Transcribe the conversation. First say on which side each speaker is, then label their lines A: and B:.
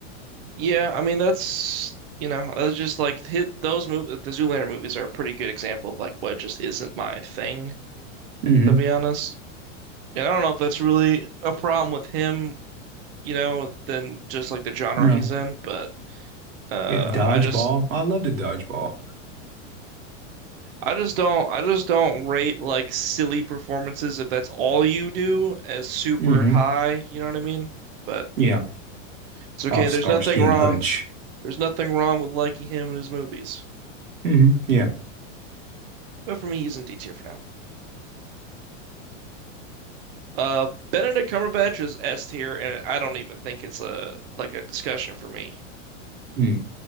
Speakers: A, on the right (about 45°); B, on the right (about 85°).
A: Yeah, I mean that's you know, that's just like hit those mov the Zoolander movies are a pretty good example of like what just isn't my thing,
B: mm hmm
A: to be honest. And I don't know if that's really a problem with him, you know, than just like the genre
B: Yeah.
A: he's in, but uh
B: Yeah. Dodgeball.
A: I just
B: I loved the Dodgeball.
A: I just don't I just don't rate like silly performances if that's all you do as super
B: mm hmm
A: high, you know what I mean? But
B: Yeah.
A: it's okay.
B: Oh, Starsky
A: There's nothing wrong.
B: and Hutch.
A: There's nothing wrong with liking him and his movies.
B: hmm Yeah.
A: But for me, he's in D tier for now. Uh Benedict Cumberbatch is S tier and I don't even think it's a like a discussion for me.
B: Mm.